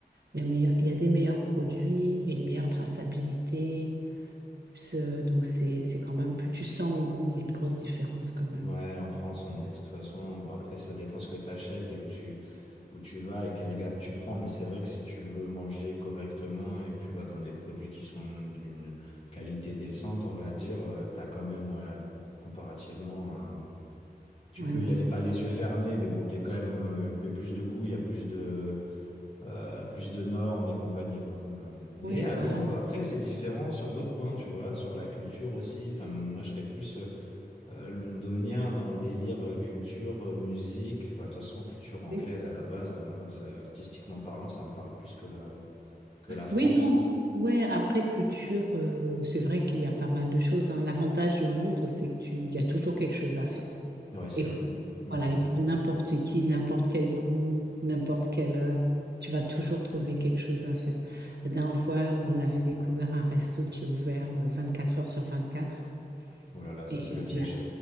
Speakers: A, on the right; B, on the left.
A: il y a meilleur- il y a des meilleurs produits, il y a une meilleure traçabilité. Plus, euh, donc, c'est, c'est quand même, plus tu sens au goût, il y a une grosse différence quand même.
B: Ouais, en France, on est de toute façon. Bon, après, ça dépend ce que tu achètes et où tu, où tu vas et quelle gamme tu prends. Mais c'est vrai que si tu veux manger correctement et que tu vas dans des produits qui sont d'une qualité décente, on va dire, tu t'as quand même, ouais, comparativement tu
A: Ouais,
B: peux
A: non,
B: y aller
A: tu-
B: pas les yeux fermés, mais bon, t'es quand même euh, un peu plus de goût, il y a plus de euh, plus de normes et compagnie, quoi. Mais, mais
A: Oui,
B: à
A: voilà.
B: Londres, après, c'est différent sur d'autres points, tu vois, sur la culture aussi. Enfin, moi, je serais plus euh, londonien dans le délire euh, culture, euh, musique. Enfin, de toute façon, culture anglaise
A: Oui,
B: à la base, hein, moi, ça, artistiquement parlant, ça me parle plus que la que la France.
A: Oui, non. Ouais, après culture, euh, c'est vrai qu'il y a pas mal de choses, hein. L'avantage de Londres, c'est que tu, il y a toujours quelque chose à faire.
B: Ouais, c'est
A: Et
B: fou. Hmm.
A: voilà, et pour n'importe qui, n'importe quel goût, n'importe quelle heure, tu vas toujours trouver quelque chose à faire. La dernière fois, on avait découvert un resto qui est ouvert euh, 24 heures sur 24.
B: Oh là là, ça
A: Et
B: c'est le
A: on
B: piège.